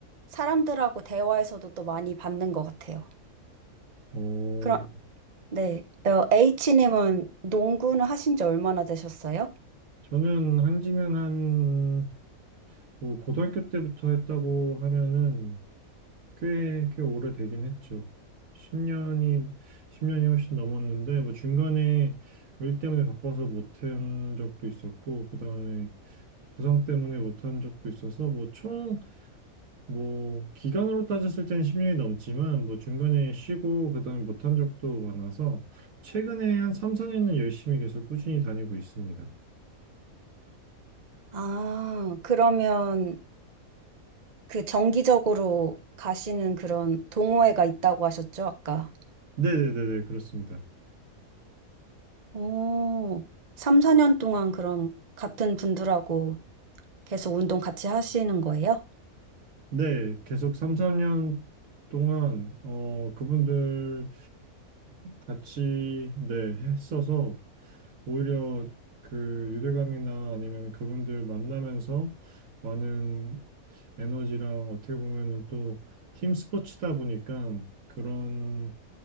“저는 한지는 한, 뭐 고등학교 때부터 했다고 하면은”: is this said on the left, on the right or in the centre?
Right